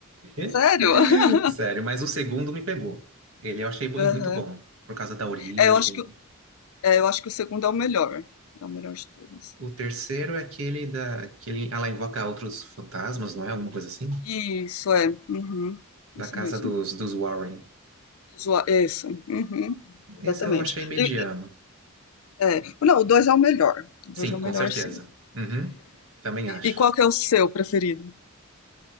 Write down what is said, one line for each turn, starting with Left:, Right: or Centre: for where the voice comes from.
Right: <laughs>
Left: Sério? <laughs>
Right: Sério, mas o segundo me pegou. Ele eu achei bom-
Left: Aham.
Right: muito bom, por causa da origem.
Left: É, eu acho que É, eu acho que o segundo é o melhor. É o melhor de todos.
Right: O terceiro é aquele da... Que ele, ela invoca outros fantasmas, não é? Alguma coisa assim?
Left: Isso, é. Uhum. Esse
Right: Da casa
Left: mesmo.
Right: dos, dos Warren.
Left: Zoa- Isso. Uhum. Exatamente.
Right: Esse eu achei mediano.
Left: E- e- é. Não, o dois é o melhor. O
Right: Sim,
Left: dois é o
Right: com
Left: melhor,
Right: certeza.
Left: sim.
Right: Uhum, também acho.
Left: E qual que é o seu preferido? <laughs>